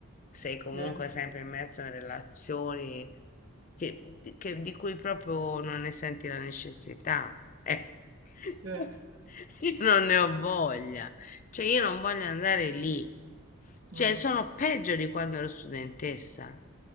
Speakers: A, on the left; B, on the right.
A: sei comunque
B: sì,
A: sempre immerso in relazioni che, di che- di cui proprio non ne senti la necessità. Eh. <laughs>
B: sì.
A: Io non ne ho voglia. Cioè, io non voglio andare lì. Cioè,
B: mm.
A: sono peggio di quando ero studentessa.